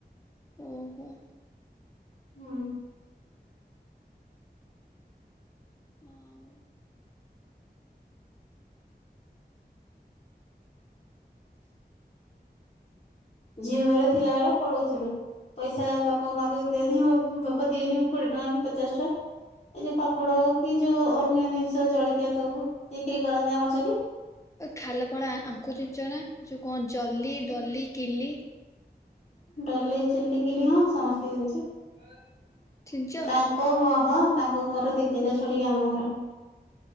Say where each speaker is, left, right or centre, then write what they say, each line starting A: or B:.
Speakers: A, on the left (about 15°); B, on the left (about 40°).
A: ଓହୋ।
B: ହୁଁ।
A: ଆଉ
B: ଝିଅ ବେଳେ ଥିଲା ଏଳେ ପଳଉଥୁଲୁ। ପଇସା ବାପାଙ୍କୁ ମାଗେ ଦେନି ବା ବାପା ଦିଅନି କୋଡ଼ିଏ ଟଙ୍କା କି ପଚାଶ ଟଆଁ। ଏଇ ଯୋଉ ପାପଡ଼ କି ଯୋଉ ଅନ୍ୟ ଜିନିଷ ଜଳଖିଆ ସବୁ ବିକ୍ରି କରନ୍ତି ଆମର ସେଇଠି।
A: ଏ ଖାଲପାଳ ଆଙ୍କୁ ଚିନଚନା ଯୋଉ କଁ ଜଲି, ଡଲି, କିଲି?
B: ଡଲି, ଜୁଲି, କିଲି ହଁ ସମସ୍ତିଙ୍କି ଚିନଚି
A: ଚିନିଚ?
B: ତାଙ୍କ ଘ ହଁ ତାଙ୍କ ଘର ଦି ତିନିଟା ଛଡି଼କି ଆମ ଘର।